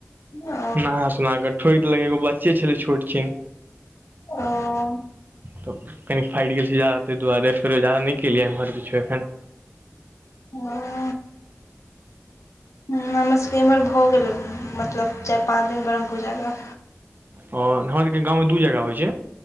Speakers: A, on the left (about 85°); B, on the right (about 40°).
A: ओ
B: नहा सुना क ठोइक देलक एगो बच्चे छलै छोट छिन।
A: ओऽ।
B: त कनि फाइट गेल छै जादा तै दुवारे फेरो जादा नै केलियै एमहर किछो एखैन।
A: <unintelligible> हूं हमर सबके इमहर भऽ गेलए मतलब चारि पाँच दिन ब्रह्म पूजा क।
B: ओ हमर सबके गाँव मे दू जगह होइ छै